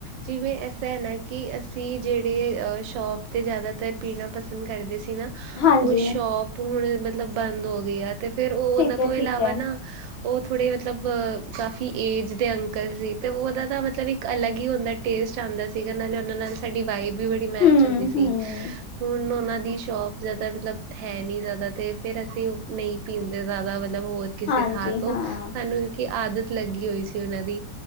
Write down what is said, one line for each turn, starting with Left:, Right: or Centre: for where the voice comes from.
Right: ਜਿਵੇਂ ਐਸਾ ਹੈ ਨਾ, ਕਿ ਅਸੀਂ ਜਿਹੜੇ ਸ਼ੋਪ ਤੇ ਜ਼ਿਆਦਾਤਰ ਪੀਣਾ ਪਸੰਦ ਕਰਦੇ ਸੀ ਨਾ
Left: ਹਾਂਜੀ
Right: ਉਹ ਸ਼ੋਪ
Left: ਹਾਂਜੀ
Right: ਹੁਣ ਮਤਲਬ ਬੰਦ ਹੋ ਗਈ ਆ, ਤੇ ਫੇਰ ਉਹ
Left: ਠੀਕ
Right: ਉਹਨਾਂ ਤੋਂ
Left: ਐ
Right: ਇਲਾਵਾ
Left: ਠੀਕ ਐ
Right: ਨਾ ਉਹ ਥੋੜੇ ਮਤਲਬ ਕਾਫੀ ਏਜ ਦੇ ਅੰਕਲ ਸੀ, ਤੇ ਉਹਦਾ ਦਾ ਵ ਮਤਲਬ ਇੱਕ ਅਲੱਗ ਹੀ ਹੁੰਦਾ, ਟੇਸਟ ਆਉਂਦਾ ਸੀਗਾ, ਨਾਲੇ ਉਹਨਾਂ ਨਾਲ ਸਾਡੀ ਵਾਈਬ ਵੀ ਬੜੀ ਮੈਚ
Left: ਹੂੰ-ਹੂੰ।
Right: ਹੁੰਂਦੀ ਸੀ। ਹੁਣ, ਉਹਨਾਂ ਦੀ ਸ਼ੋਪ ਜ਼ਿਆਦਾ ਮਤਲਬ ਹੈ ਨਹੀਂ, ਜ਼ਿਆਦਾ ਤੇ ਫੇਰ ਅਸੀਂ ਨਹੀਂ ਪੀਂਦੇ ਜ਼ਿਆਦਾ ਮਤਲਬ ਹੋਰ ਕਿਸੇ
Left: ਹਾਂਜੀ
Right: ਥਾਂ ਤੋਂ,
Left: ਹਾਂ
Right: ਸਾਨੂੰ ਕੇ ਆਦਤ ਲੱਗੀ ਹੋਈ ਸੀ ਉਹਨਾਂ ਦੀ